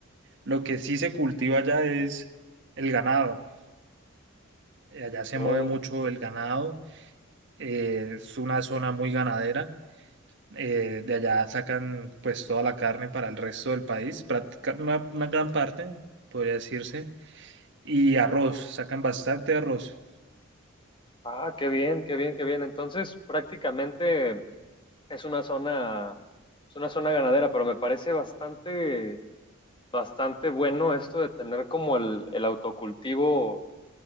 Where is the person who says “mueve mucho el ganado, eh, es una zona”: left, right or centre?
Right